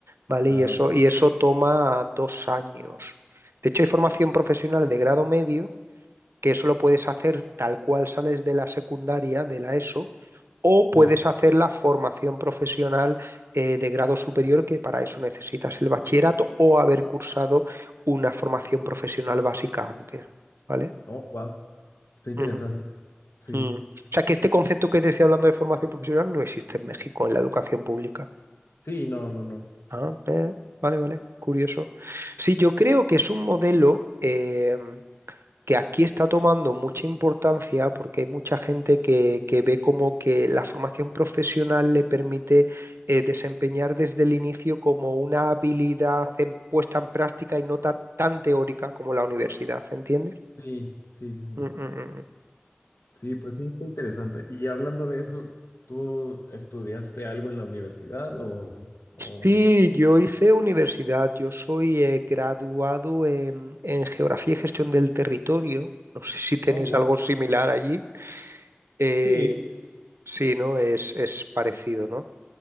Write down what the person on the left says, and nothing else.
ah,
vale,
sí.
Oh, wow, está interesante,
sí.
Sí, no, no, no.
Sí, sí, sí, sí.
Sí, pues sí, está interesante. Y hablando de eso, ¿tú estudiaste algo en la universidad o, o
no?
Oh, wow.
Sí,